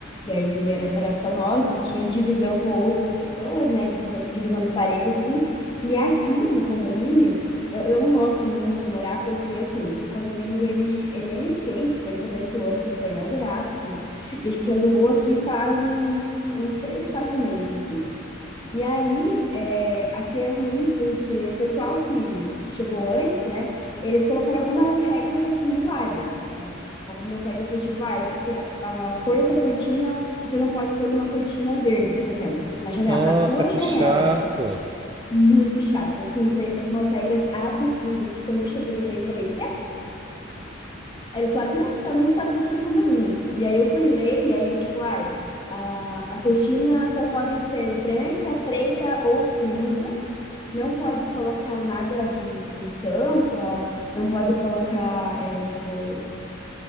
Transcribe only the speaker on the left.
e aí era, era só nós, não tinha divisão com outras pessoas, né? Divisão, divisão de parede, assim. E aqui no condomínio, eu, eu não gosto muito de morar, porque assim, o condomínio ele, ele é recente, foi no começo do ano que ele foi inaugurado e tudo. E a gente alugou aqui faz uns, uns três, quatro meses, assim. E aí, é, aqui é ruim porque o pessoal que, que chegou antes, né, eles colocaram algumas regras assim hilárias, né? Algumas regras do tipo, ah, você, a, a cor da tua cortina, você não pode pôr uma cortina verde, por exemplo, na janela,
na tua
janela.
Muito chato, assim, foi umas regras absurdas que quando eu cheguei, eu olhei e falei, quê? Aí eles falaram, não, tá no estatuto do condomínio. E aí eu fui ler, e aí, tipo, ai, a, a cortina só pode ser branca, preta ou cinza não pode colocar nada de, de estampa, não pode colocar, é, tipo,